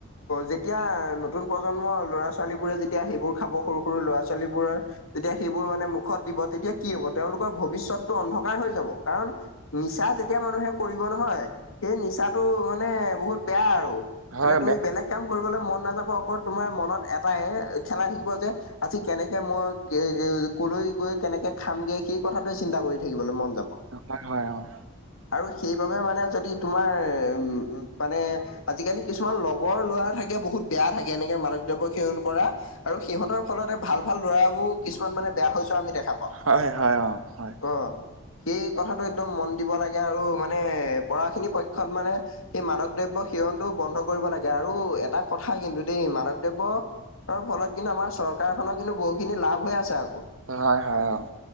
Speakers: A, on the left; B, on the right.
A: যেতিয়া নতুন প্ৰজন্ম ল'ৰা ছোৱালীবোৰে যেতিয়া সেইবোৰ খাব সৰু সৰু ল'ৰা ছোৱালীবোৰৰ তেতিয়া সেইবোৰ মানে মুখত দিব তেতিয়া কি হব তেওঁলোকৰ ভৱিষ্যতটো অন্ধকাৰ হৈ যাব কাৰণ নিচা যেতিয়া মানুহে কৰিব নহয় সেই নিচাটো মানে বহুত বেয়া আৰু।
B: হয়
A: মানে তুমি
B: বে
A: বেলেগ কাম কৰিবলৈ মন নাযাব অকল তোমাৰ মনত এটাই খেলাই থাকিব যে আজি কেনেকে মই কলৈ গৈ কেনেকে খামগে সেই কথাটোৱে চিন্তা কৰি থাকিবলৈ মন যাব।
B: অ' হয় অ'।
A: আৰু সেইবাবে মানে যদি তোমাৰ উম মানে আজিকালি কিছুমান লগৰ লৰা থাকে বহুত বেয়া থাকে এনেকে মাদক দ্ৰব্য সেৱন কৰা আৰু সিহঁতৰ ফলতে ভাল ভাল লৰাবোৰ কিছুমান মানে বেয়া হৈ যোৱা আমি দেখা পাওঁ।
B: হয় হয় অঁ হয়।
A: অ সেই কথাটো একদম মন দিব লাগে আৰু মানে পৰাখিনি পক্ষত মানে এই মাদক দ্ৰব্য সেৱনটো বন্ধ কৰিব লাগে, আৰু এটা কথা কিন্তু দেই মাদক দ্ৰব্যৰ ফলত কিন্তু আমাৰ চৰকাৰ খনৰ কিন্তু বহুখিনি লাভ হৈ আছে আক'।
B: হয় হয় অ'।